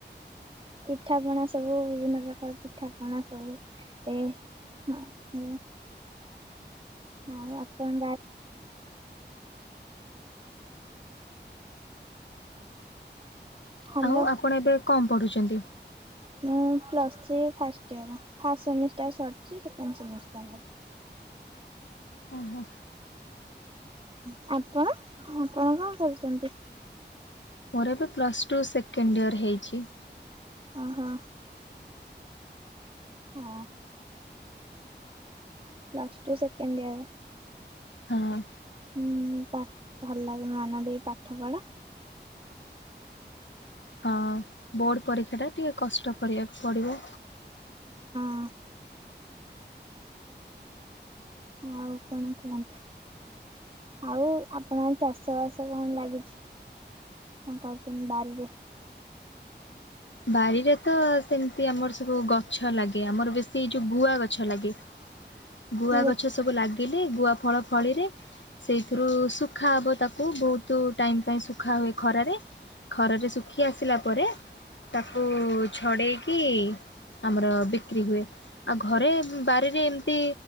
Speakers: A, on the right (about 30°); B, on the left (about 85°).
A: ପିଠା ପଣା ସବୁ ବିଭିନ୍ନ ପ୍ରକାର ପିଠା ପଣା ସବୁ ତେବେ ହଁ ହେବେ। ଆଉ ଆପଣ ଗା ହାଲୋ।
B: ଆଉ ଆପଣ ଏବେ କଣ ପଢୁଛନ୍ତି?
A: ମୁଁ plus three first year. First semester ସରିଛି। ସେକେଣ୍ଡ ସେମିଷ୍ଟାର୍ ହବ।
B: ଓହୋ
A: ହଁ ଆପଣ ଆପଣ କଣ କରୁଚନ୍ତି?
B: ମୋର ଏବେ ପ୍ଲସ୍ ଟୁ ସେକେଣ୍ଡ ଇୟର୍ ହେଇଛି।
A: ଓହୋ। ହଁ ପ୍ଲସ୍ ଟୁ ସେକେଣ୍ଡ ଇୟର୍।
B: ହଁ।
A: ହୁଁ ପା ଭଲ ଲାଗି ମନ ଦେଇ ପାଠ ପଢ।
B: ହଁ। ବୋର୍ଡ ପରୀକ୍ଷା ଟା ଟିକେ କଷ୍ଟ କରିବାକୁ ପଡିବ।
A: ହଁ ଆଉ କଣ କୁହନ୍ତୁ? ଆଉ ଆପଣଙ୍କ ଚାଷ ବାସ କଣ ଲାଗିଛି? କଣ କରଚନ୍ ବାରିରେ?
B: ବାରିରେ ତ ସେମିତି ଆମର ସବୁ ଗଛ ଲାଗେ। ଆମର ବେଶୀ ଯୋଉ ଗୁଆ ଗଛ ଲାଗେ। ଗୁଆ
A: କି ହଁ
B: ଗଛ ସବୁ ଲାଗିଲେ ଗୁଆ ଫଳ ଫଳିଲେ ସେଇଥିରୁ ଶୁଖା ହେବ ତାକୁ ବହୁତ ଟାଇମ୍ ପାଇଁ ଶୁଖା ହୁଏ ଖରାରେ। ଖରାରେ ଶୁଖି ଆସିଲା ପରେ ତାକୁ ଛଡ଼େଇକି ଆମର ବିକ୍ରି ହୁଏ ଆଉ ଘରେ ବାରିରେ ଏମିତି